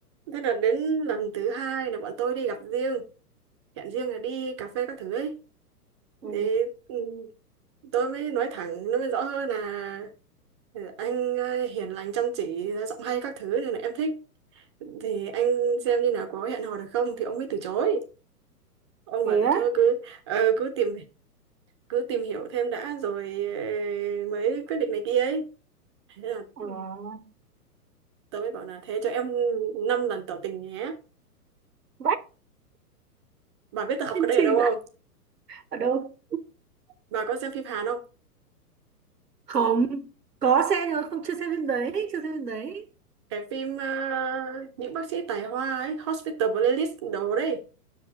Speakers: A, on the right; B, on the right.
A: Thế là đến lần thứ hai là bọn tôi đi gặp riêng, hẹn riêng là đi cà phê các thứ ấy.
B: Ừ.
A: Thì ừ, tôi mới nói thẳng, nó mới rõ hơn là Ừ, anh ờ, hiền lành chăm chỉ ra giọng hay các thứ nên là em thích thì anh xem như là có hẹn hò được không thì ông ấy từ chối ông
B: Thế
A: bảo
B: á?
A: thôi cứ ờ, cứ tìm cứ tìm hiểu thêm đã rồi ờ, mới quyết định này kia ấy thế là
B: À.
A: ừ, tớ mới bảo là thế cho em 5 lần tỏ tình nhé
B: Vãi
A: bà biết tớ học
B: kiên
A: cái đây
B: trì
A: ở đâu không
B: vãi. Ở đâu?
A: bà có xem phim Hàn không
B: không có xem nhưng mà không chưa xem phim đấy chưa xem phim đấy
A: cái phim ờ, những bác sĩ tài hoa ấy Hospital Playlist đồ đấy